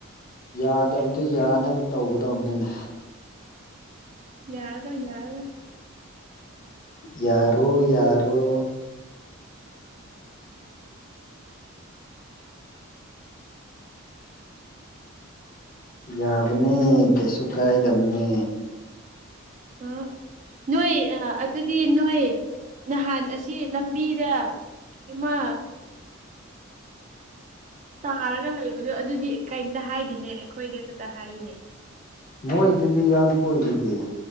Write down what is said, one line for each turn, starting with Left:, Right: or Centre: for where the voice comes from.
Left: ꯌꯥꯗꯕꯗꯨꯣ ꯌꯥꯅꯕ ꯇꯧꯒꯗꯕꯅꯤꯅꯦ
Right: ꯌꯥꯔꯣ ꯌꯥꯔ
Left: ꯌꯥꯔꯣ ꯌꯔꯣ ꯌꯥꯕꯅꯦ ꯀꯩꯁꯨ ꯀꯥꯏꯗꯕꯅꯦ
Right: ꯑ ꯅꯣꯏ ꯑꯗꯨꯗꯤ ꯅꯣꯏ ꯅꯍꯥꯟ ꯑꯁꯤ ꯂꯝ ꯕꯤꯗ ꯏꯃ ꯇꯥꯔꯒ ꯂꯩꯕꯗꯣ ꯑꯗꯨꯗꯤ ꯀꯔꯤꯝꯇ ꯍꯥꯏꯗꯤꯅꯦ ꯑꯩꯈꯣꯏꯗ ꯈꯛꯇ ꯍꯥꯏꯔꯤꯅꯦ
Left: ꯃꯣꯏꯗꯨꯗꯤ ꯌꯥꯟꯊꯣꯏꯗꯨꯗꯤ